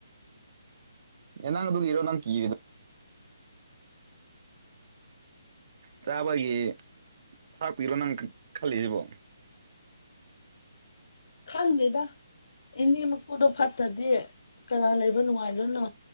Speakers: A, on the right (about 50°); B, on the left (about 60°).
A: ꯅꯪ ꯑꯗꯨꯒꯤꯔꯣ ꯅꯪ ꯀꯔꯤꯗꯣ ꯆꯥꯕꯒꯤ ꯊꯥꯛꯄꯤꯔꯣ ꯅꯪ ꯈꯜꯂꯤꯁꯤꯕꯣ
B: ꯈꯪꯗꯦꯗ ꯏꯅꯦ ꯃꯄꯨꯗꯣ ꯐꯠꯇꯗꯤ ꯀꯅꯥ ꯂꯩꯕ ꯅꯨꯡꯉꯥꯏꯗꯣꯏꯅꯣ